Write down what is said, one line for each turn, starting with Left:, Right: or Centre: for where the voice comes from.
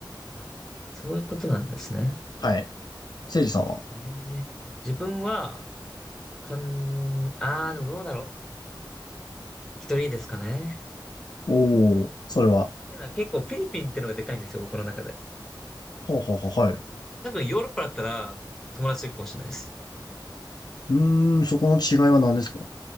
Centre: あ、そういうことなんですね。
Left: はい。せいじさんは
Centre: ええ、自分は、かん、ああ、でもどうだろう。一人ですかね。
Left: おお、それは。
Centre: で、なんか結構フィリピンってのがでかいんですよ、僕の中で。
Left: はあ、はあはあ、はい。う
Centre: 多分ヨーロッパだったら友達いるかもしれないです。
Left: ーん、そこの違いは何ですか